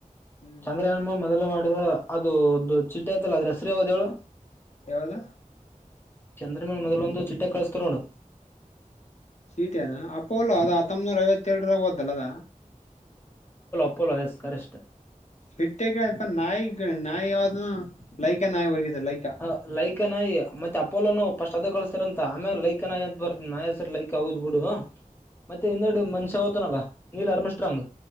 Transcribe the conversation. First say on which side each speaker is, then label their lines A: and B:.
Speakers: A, on the left; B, on the left.
A: ಹ್ಮ್
B: ಚಂದ್ರಯಾನಮ್ಮ ಮೊದ್ಲ ಮಾಡಿದ ಅದು ಒಂದು ಚಿಟ್ಟ ಐ್ತಲ್ಲ ಅದ್ರ ಹೆಸ್ರ ಯಾವ್ದು ಹೇಳು.
A: ಯಾವ್ದ
B: ಚಂದ್ರಮೇನ್ ಮೊದ್ಲೊಂದು ಚಿಟ್ಟೆ ಕಳಸ್ತಾರ ನೋಡು.
A: ಸೀಟೆನಾ ಅಪೋಲೋ ಅದ ಹತ್ತೊಂಬನೂರ ಐವತ್ತೇಳರಾಗ ಹೋದಲ್ಲ ಅದ.
B: ಅಪೊಲೊ ಏಸ್ ಕರೆಷ್ಟ.
A: ಬಿಟ್ಟಗ ನಾಯಿ ನಾಯಿ ಯಾವ್ದ. ಲೈಕಾ ನಾಯಿ ಹೋಗಿದೆ ಲೈಕಾ
B: ಹ ಲೈಕನಾಯಿ ಮತ್ತೆ ಅಪೋಲೋನು ಪಸ್ಟ್ ಅದ ಕಳಸ್ಸಾರ ಅಂತ. ಮ ಆಮೇಲೆ ಲೈಕ ನಾಯಿ ಅಂತ ಬರ್ತ ನಾಯ ಸರಿ ಲೈಕ್ ಹಗದ್ ಬಿಡು ಮತ್ತೆ ಹಿಂದೆಡಿ ಮನ್ಷ್ಯ ಹೂ ತನಲ್ಲಾ, ನೀಲ್ ಆರ್ಮ ಸ್ಟ್ರಾಂಗ್.